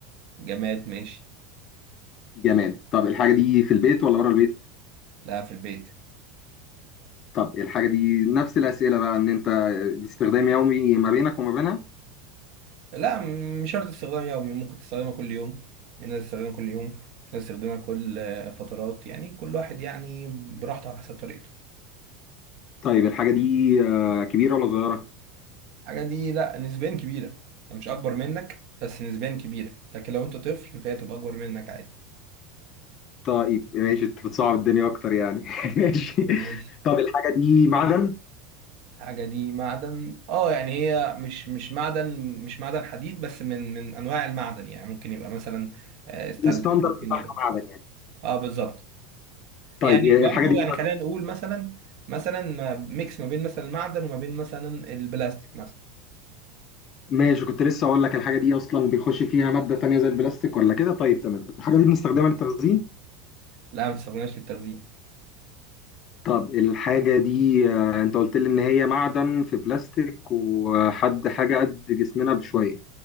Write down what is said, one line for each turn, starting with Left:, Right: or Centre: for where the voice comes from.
Right: جماد ماشي
Left: جماد طب الحاجه دي في البيت ولا بره البيت
Right: لا في البيت
Left: طب الحاجه دي نفس الاسئله بقى ان انت باستخدام يومي ما بينك وما بينها
Right: لا م- مش شرط استخدام يومي ممكن تستخدمها كل يوم في ناس تستخدمها كل يوم في ناس تستخدمها كل آه، فترات يعني كل واحد يعني براحته على حسب طريقته
Left: طيب الحاجة دي آه، كبيرة ولا صغيرة؟
Right: الحاجة دي لا نسبيا كبيرة يعني مش اكبر منك بس نسبيا كبيرة لكن لو انت طفل فهي تبقى اكبر منك عادي
Left: طيب ماشي انت بتصعب الدنيا اكتر يعني <laughs> ماشي
Right: ماشي
Left: طب الحاجة دي معدن؟
Right: الحاجة دي معدن اه يعني هي مش مش معدن مش معدن حديد بس من من انواع المعدن يعني ممكن يبقى مثلا آه، استانلس
Left: الستاندرد
Right: ممكن
Left: بتاعها
Right: يبقى
Left: معدن يعني
Right: اه بالظبط
Left: طيب
Right: يعني
Left: آه، الحاجة
Right: برضو
Left: دي
Right: يعني خلينا نقول مثلا مثلا ما- ميكس ما بين مثلا المعدن وما بين مثلا البلاستيك مثلا
Left: ماشي كنت لسه اقول لك الحاجة دي اصلا بيخش فيها مادة تانية زي البلاستيك ولا كده طيب تمام الحاجة دي بنستخدمها للتخزين؟
Right: لا ما بتستخدمهاش للتخزين
Left: طب الحاجة دي آه، انت قلت لي ان هي معدن في بلاستيك وحد حاجة قد جسمنا بشوية